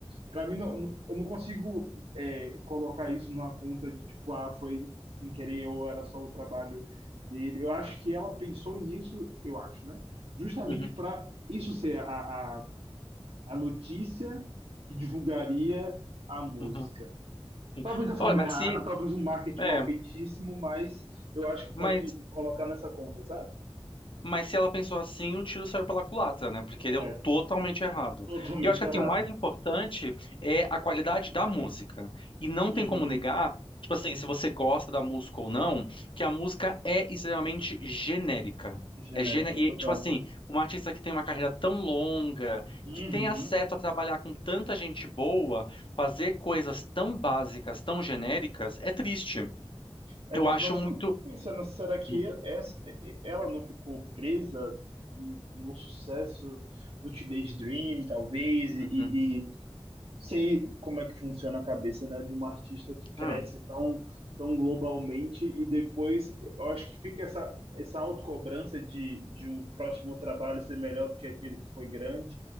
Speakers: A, on the right; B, on the left.
A: Pra mim, não, não- eu não consigo é, colocar isso numa conta de tipo, ah, foi sem querer ou era só o trabalho dele. Eu acho que ela pensou nisso, eu acho, né? Justamente
B: uhum,
A: para isso ser a, a, a notícia que divulgaria a música.
B: uhum, sim.
A: Talvez da forma
B: Olha, mas
A: errada,
B: se,
A: talvez um marketing
B: é,
A: mal feitíssimo, mas eu acho que
B: mas,
A: pode colocar nessa conta, sabe?
B: mas se ela pensou assim, o tiro saiu pela culatra, né? Porque
A: É,
B: deu totalmente errado.
A: totalmente
B: E eu acho que
A: errado.
B: assim, o mais importante é a qualidade da música. E não
A: Uhum.
B: tem como negar, tipo assim, se você gosta da música ou não, que a música é extremamente genérica.
A: Genérica,
B: É gene... E,
A: total.
B: tipo assim, uma artista que tem uma carreira tão longa,
A: Uhum.
B: que tem acesso a trabalhar com tanta gente boa, fazer coisas tão básicas, tão genéricas, é triste.
A: É
B: Eu
A: triste,
B: acho
A: mas eu
B: muito.
A: fico pensando, será que
B: Uhum,
A: essa- ela não ficou presa no sucesso do Teenage Dream, talvez, e,
B: uhum,
A: e e sei como é que funciona a cabeça, né, de uma artista que cresce
B: ah,
A: tão, tão globalmente e depois eu acho que fica essa, essa autocobrança de, de um próximo trabalho ser melhor do que aquele que foi grande,